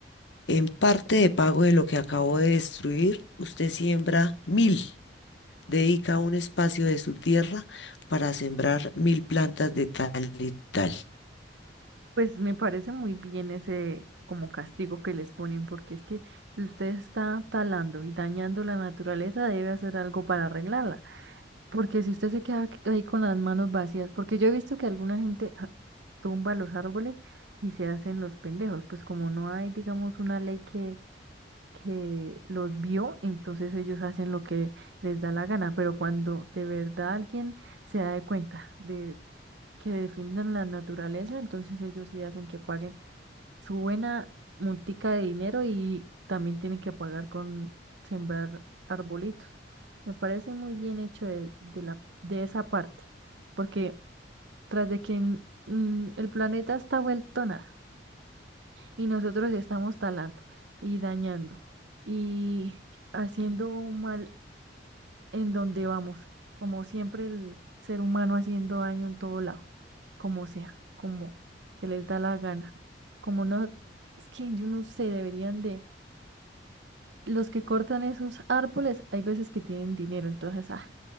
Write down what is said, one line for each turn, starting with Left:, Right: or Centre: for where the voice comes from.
Left: en parte de pago de lo que acabo de destruir, usted siembra mil. Dedica un espacio de su tierra para sembrar mil plantas de tal y tal.
Right: Pues me parece muy bien ese como castigo que les ponen, porque es que si usted está talando y dañando la naturaleza, debe hacer algo para arreglarla. Porque si usted se queda ahí con las manos vacías, porque yo he visto que alguna gente ja, tumba los árboles y se hacen los pendejos, pues como no hay, digamos, una ley que, que los vio, entonces ellos hacen lo que les da la gana, pero cuando de verdad alguien se da de cuenta de que defiendan la naturaleza, entonces ellos sí hacen que paguen su buena multica de dinero y también tienen que pagar con sembrar arbolitos. Me parece muy bien hecho de, de la, de esa parte, porque tras de que mm, el planeta está vuelto nada y nosotros estamos talando y dañando y haciendo un mal en donde vamos. Como siempre, el ser humano haciendo daño en todo lado, como sea, como se les da la gana. Como no, es que yo no sé, deberían de, los que cortan esos árboles, hay veces que tienen dinero, entonces, ah,